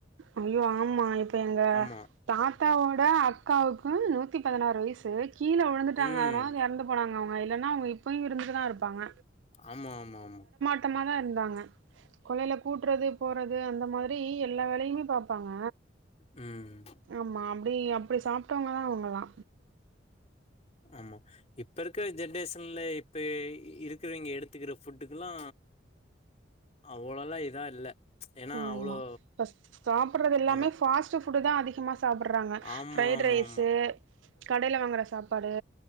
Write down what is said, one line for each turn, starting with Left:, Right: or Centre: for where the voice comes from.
Right: அய்யோ ஆமா இப்ப எங்க
Left: ஆமா
Right: தாத்தாவோட அக்காவுக்கூ நூத்தி பதினாறு வயசு கீழ விழுந்துட்டாங்க
Left: ம்
Right: அதனால எறந் போனாங்க அவுங்க இல்லன்னா அவுங்க இப்பயு இருந்துட்டுதா இருப்பாங்க
Left: ஆமா ஆமா ஆமா
Right: த்தமா தா இருந்தாங்க கொள்ளைல கூட்றது போறது அந்த மாரி எல்லா வேலையு பாப்பாங்க
Left: ம்
Right: ஆமா அப்டி அப்டி சாப்ட்டவங்கதா அவுங்கல்லா
Left: ஆமா இப்ப இருக்கிற ஜென்ரேஷன்ல இப்ப இருக்கிறவிங்க எடுத்துக்கிற ஃபுட்டுக்குல்லா அவ்வுளல்லா இதா இல்ல ஏன்னா
Right: ஆமா
Left: அவ்ளோ
Right: ஃபஸ்ட் சாப்புட்றது எல்லாமே
Left: ஆமா
Right: ஃபாஸ்ட் ஃபுட் தா அதிகமா தாப்புட்றாங்க
Left: ஆமா
Right: ஃப்ரைட்
Left: ஆமா
Right: ரைஸு
Left: ஆமா
Right: கடையில வாங்குற சாப்பாடு